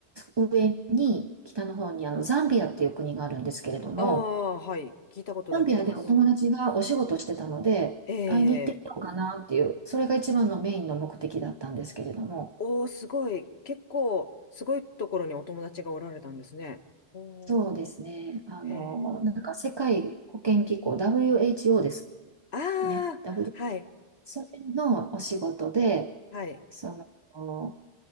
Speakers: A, on the right; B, on the left.
A: 上に北の方にあのザンビアっていう国があるんですけれども、
B: ああ、はい。聞いたことだけあります。
A: ザンビアでお友達がお仕事してたので、
B: ええ
A: 会いに行ってみようかなっていう、それが一番のメインの目的だったんですけれども、
B: おーすごい。結構、すごいところにお友達がおられたんですね。おー、
A: そうですね、あの、
B: へえ。
A: なんか世界保健機構 WHO です
B: あ
A: ね、
B: あ、
A: W、
B: はい、
A: それのお仕事で、
B: はい。
A: その、